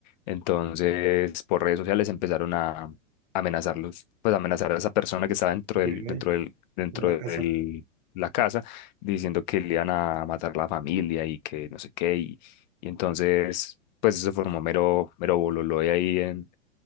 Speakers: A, on the left (about 35°); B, on the right (about 55°).
A: entonces por redes sociales empezaron a amenazarlos, pues amenazar a esa persona que estaba dentro
B: De
A: del,
B: ley,
A: dentro del, dentro
B: de la
A: del,
B: casa.
A: la casa, diciendo que le iban a matar la familia y que no sé qué, y, y entonces pues eso formó mero, mero bololo de ahí en